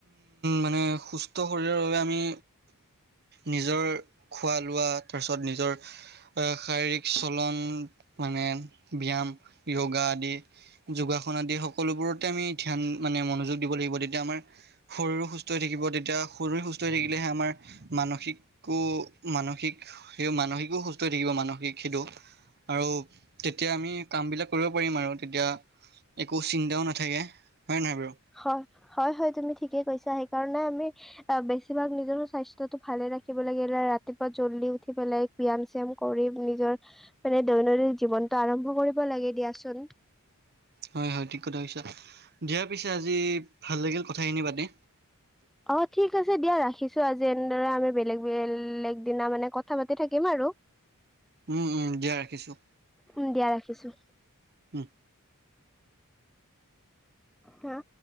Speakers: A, on the right (about 45°); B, in the centre.
A: মানে সুস্থ শৰীৰৰ বাবে আমি নিজৰ খোৱা লোৱা তাৰ <unintelligible> নিজৰ শাৰীৰিক চলন মানে ব্যায়াম যোগা আদি যোগাসন আদি সকলোবোৰতে আমি ধ্যান মানে মনোযোগ দিব লাগিব তেতিয়া আমাৰ শৰীৰো সুস্থ হৈ থাকিব তেতিয়া শৰীৰো সুস্থ হৈ থাকিলেহে আমাৰ মানসিকো মানসিক সেই মানসিকো সুস্থ হৈ থাকিব মানসিক সিটো। আৰু তেতিয়া আমি কামবিলাক কৰিব পাৰিম আৰু তেতিয়া একো চিন্তাও নাথাকে। হয়নে নহয় বাৰু?
B: হয়। হয় হয় তুমি ঠিকেই কৈছা সেইকাৰণে আমি অ' বেছিভাগ নিজৰো স্বাস্থ্যটো ভালে ৰাখিব লাগিলে ৰাত ৰাতিপুৱা জল্দি উঠি পেলাই ব্যায়াম চিয়াম কৰি নিজৰ মানে দৈনন্দিন জীৱনটো আৰম্ভ কৰিব লাগে দিয়াচোন।
A: হয় হয় ঠিক কথা কৈছা। দিয়া পিছে আজি ভাল লাগিল কথাখিনি পাতি।
B: অ' ঠিক আছে দিয়া ৰাখিছোঁ আজি, এনেদৰে আমি বেলেগ বেলেগ দিনা মানে কথা পাতি থাকিম আৰু।
A: উম, উম দিয়া ৰাখিছোঁ।
B: উম, দিয়া ৰাখিছোঁ।
A: উম।
B: হা?